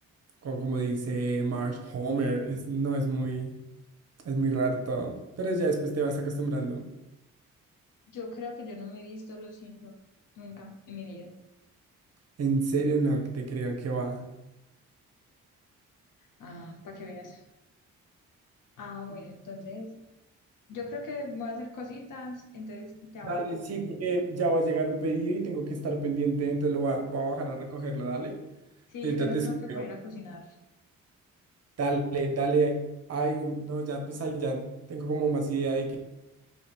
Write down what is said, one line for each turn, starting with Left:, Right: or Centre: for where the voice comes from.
Right: co- como, dice Marge Homer, es, no, es muy, es muy raro todo, pero ya después te vas acostumbrando.
Left: Yo creo que yo no me he visto Los Simpsons nunca en mi vida.
Right: En serio, no, te creo que va.
Left: Ah, para que veas. Ah, bueno, entonces yo creo que voy a hacer cositas, entonces te abandono.
Right: Dale, sí, porque ya va a llegar un pedido y tengo que estar pendiente, entonces lo va, va a bajar a recogerlo, dale.
Left: Sí,
Right: Ahorita
Left: yo también
Right: te
Left: tengo
Right: escribo.
Left: que poner a cocinar.
Right: Dale, dale. Ay, no, ya pues ahí ya tengo como más idea de que.